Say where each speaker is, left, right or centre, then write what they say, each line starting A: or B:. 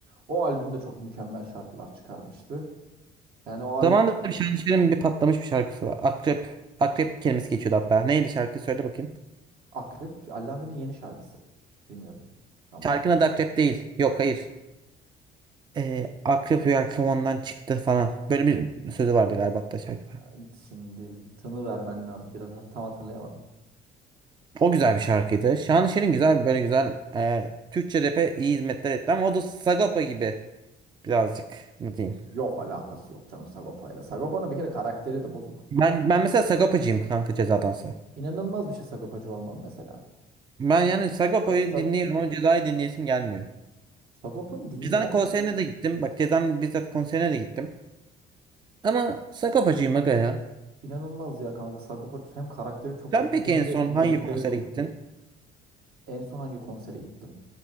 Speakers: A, on the right; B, on the right.
A: O albümde çok mükemmel şarkılar çıkarmıştı. Yani o albüm
B: Zamanında bir Şanışer'in bir patlamış bir şarkısı var. Akrep. Akrep kelimesi geçiyordu hatta. Neydi şarkı söyle bakayım.
A: Akrep, Allame'nin yeni şarkısı. Bilmiyorum ama.
B: Şarkının adı Akrep değil. Yok hayır. Ee, akrep rüya kovandan çıktı falan. Böyle bir sözü vardı galiba hatta şarkıda.
A: yani Şimdi tını vermen lazım. Biraz hat- tam hatırlayamadım.
B: O güzel bir şarkıydı. Şanışer'in güzel böyle güzel e, Türkçe rap'e iyi hizmetler etti ama o da Sagopa gibi birazcık ne diyeyim.
A: Yok alakası yok canım Sagopa'yla. Sagopa'nın bir kere karakteri de bozuk.
B: Ben ben mesela Sagopacıyım kanka Ceza'dansa.
A: İnanılmaz bir şey Sagopacı olmam mesela.
B: Ben yani Sagopa'yı
A: Sa Sa-
B: dinliyorum ama Ceza'yı dinleyesim gelmiyor.
A: Sagopa'nın din
B: Ceza'nın
A: ya
B: konserine de gittim. Bak Ceza'nın bizzat konserine de gittim. Ama Sagopacıyım aga ya.
A: inanılmaz ya kanka. Sagopa hem karakteri çok
B: Sen
A: bozuk
B: peki
A: hem
B: en
A: de
B: son
A: müzikleri
B: hangi konsere
A: çok
B: gittin?
A: kötü. En son hangi konsere gittim?